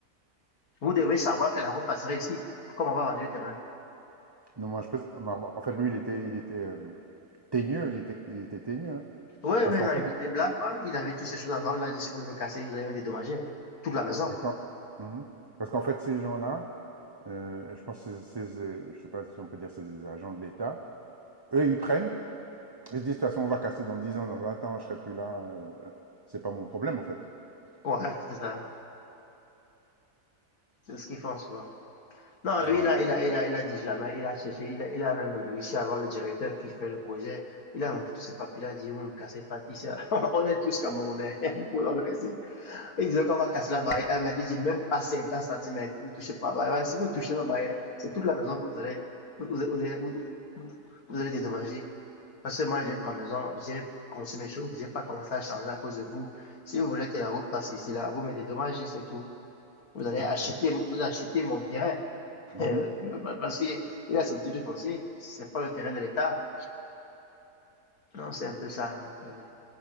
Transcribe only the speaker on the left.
Vous devez savoir que la route passerait ici. Pourquoi on va vendre le terrain
Oui,
oui,
non,
il il blague pas, il avait toutes ces choses en main, il a dit si vous voulez me casser, vous allez me dédommager, hein. toute la maison.
Ouais, c'est ça. C'est ce qu'ils font souvent. Non,
lui, il a, il a, il a, il a dit jamais, il a cherché, il a, il a même réussi à avoir le directeur qui fait le projet. Il a monté tous ses papiers, il a dit, vous ne cassez pas, ici. <laughs> on est tous Camerounais, <laughs> vous pouvez pas me casser. Il disait qu'on va casser la barrière, mais il dit même pas 50 cm, vous ne touchez pas la barrière. Voilà, Si vous touchez ma barrière, c'est toute la maison que vous allez, vous, vous, vous, vous- vous allez dédommager. Parce que moi, j'ai ma maison, j'ai conçu mes choses, j'ai pas commencé à changer à cause de vous. Si vous voulez que la route passe ici, là, vous me dédommagez, c'est tout. Vous allez
acheter, vous achetez mon terrain.
Euh, que, Parce qu'il a son titre foncier, c'est pas le terrain de l'État. Non, c'est un peu ça. donc, euh,